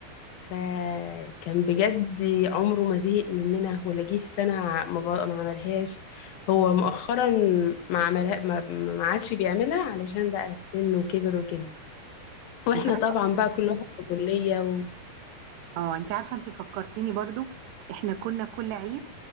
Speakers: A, on the left; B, on the right.
A: فكان بجد عمره ما زهق مننا ولا جه سنة ما, ب- ما عملهاش هو مؤخرا ما عملها ما, ما عادش بيعملها علشان بقى السن وكبر وكده واحنا
B: انت عارفه
A: طبعا بقى كل واحد في كلية و
B: اه انت عارفه انت فكرتيني برضو احنا كنا كل عيد